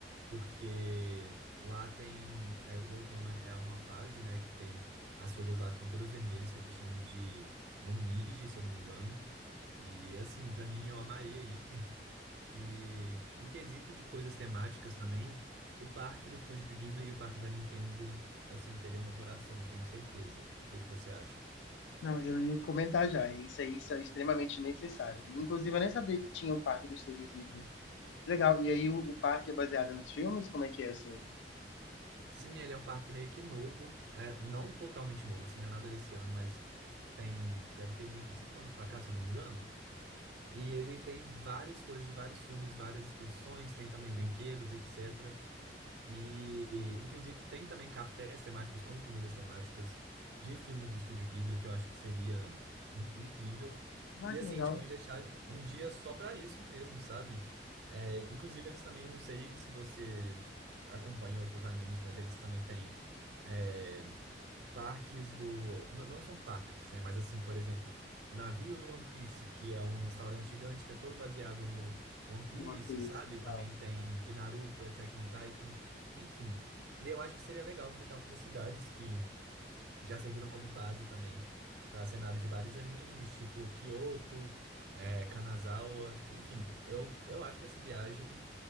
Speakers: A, on the right; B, on the left.
A: porque lá tem é, o outono é uma fase, né, que tem as folhas lá ficam todas vermelhas que eles chamam de momige, se eu não me engano. E assim, pra mim eu amaria ir. <laughs> E em quesito de coisas temáticas também, o parque do Estúdio Ghibli e o parque da Nintendo, assim, teriam meu coração, eu tenho certeza. O que que você acha?
B: Não, eu ia comentar já. e Isso aí isso é extremamente necessário. Inclusive, eu nem sabia que tinha um parque do Estúdio Ghibli. Legal. E aí o, o parque é baseado nos filmes? Como é que é assim?
A: Sim, ele é um parque meio que novo, é, não totalmente novo, assim, não é nada desse ano, mas tem, deve ter de uns 5 anos pra cá, se eu não me engano. E ele tem várias coisas de vários filmes, várias exposições, tem também brinquedos, etc. E, inclusive, tem também cafés temáticos com comidas temáticas de filmes do Estúdio Ghibli, o que eu acho que seria <laughs> incrível.
B: Ah,
A: E,
B: que
A: assim,
B: legal.
A: a gente pode deixar um dia só para isso mesmo, sabe? É, inclusive, eles também, não sei se você acompanha outros animes, mas eles também têm. é, parques do. n- Não são parques, né? Mas assim, por exemplo, o navio do One Piece, que é um restaurante gigante que é todo baseado no One Piece,
B: No One Piece,
A: sabe?
B: legal.
A: Também tem de Naruto, Attack on Titan, enfim. Eu acho que seria legal visitar algumas cidades que já serviram como base também para cenários de vários animes, tipo Kyoto, é Kanazawa, enfim. Eu, eu acho que essa viagem